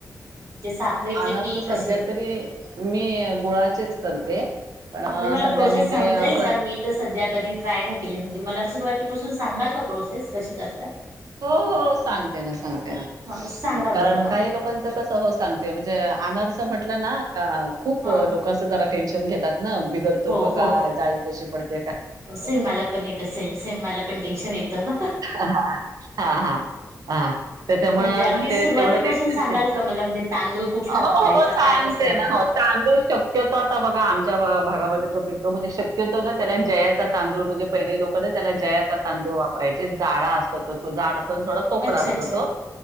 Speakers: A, on the right; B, on the right.
A: म्हणजे साखरेचे
B: अनारस
A: की कसे
B: सध्या तरी मी गुळाचेच करते
A: म्हणजे
B: पण
A: मला
B: सध्या
A: प्रोसेस
B: मी
A: समजेल
B: ते हो
A: का मी तर सध्या कधी? ट्राय नाही केली म्हणजे मला सुरुवातीपासून सांगाल का प्रोसेस कशी करतात?
B: हो हो सांगते ना सांगते ना
A: ह सांगा बरं
B: कारण,
A: मग
B: काही लोकांच कसं हो सांगते म्हंजे आनार म्हटलं ना त का खूप
A: हा
B: अ लोकं असं जरा टेन्शन घेतात ना बिघडतो
A: हो
B: क
A: हो
B: काय? जाळी कशी पडते काय?
A: सेम मला पण येतं सेम सेम मला पण टेन्शन येतं
B: हां हा हा हा. त्यांच्यामुळे
A: म्हणजे अगदी
B: ते
A: सुरुवातीपासून
B: तेवढं टेन्शन
A: सांगाल
B: येते,
A: का मला म्हणजे तांदूळ कुठला
B: हो
A: वापरायचा
B: हो हो सांगते
A: काय कसं वापरायचं
B: ना हो तांदूळ शक्यतो आता बघा आमच्या त्या भागा भागामध्ये तो पिकतो म्हंजे शक्यतो ना त्याला, जयाचा तांदूळ म्हंजे पहिले लोक ना त्याला जयाचा तांदूळ वापरायचे जाडा असं त तो जाड असतो. थोड तोकडा
A: अच्छा
B: असतो
A: अच्छा
B: तो